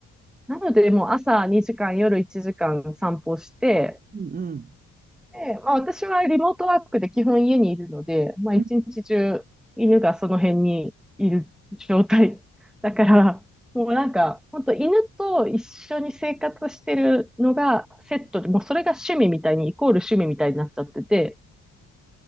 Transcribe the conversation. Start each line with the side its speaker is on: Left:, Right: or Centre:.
Centre: なのでもう朝2時間、夜1時間散歩して、
Right: うん、うん、
Centre: で、まあ私はリモートワークで基本家にいるので、まあ一日中犬がその辺にいる状態。
Right: うん。
Centre: だから、<laughs> もうなんか、本当犬と一緒に生活してるのがセットで、もうそれが趣味みたいに、イコール趣味みたいになっちゃってて、